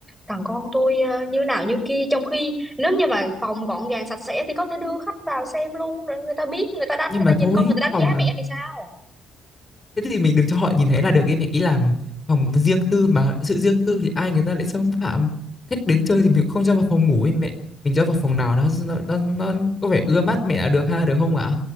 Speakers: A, in the centre; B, on the left.
A: thằng con tôi ờ, như nào như kia trong khi nếu như mà phòng gọn gàng sạch sẽ thì có thể đưa khách vào xem luôn rồi người ta biết người ta đánh
B: nhưng
A: người ta
B: mà
A: nhìn
B: thôi
A: con người ta đánh
B: phòng
A: giá mẹ thì sao
B: Thế thì mình đừng cho họ nhìn thấy là được ấy, mình ý là phòng riêng tư mà, sự riêng tư thì ai người ta lại xâm phạm. Khách đến chơi thì mình không cho vào phòng ngủ ấy mẹ, mình cho vào phòng nào nó nó nó nó có vẻ ưa mắt mẹ là được ha, được không ạ?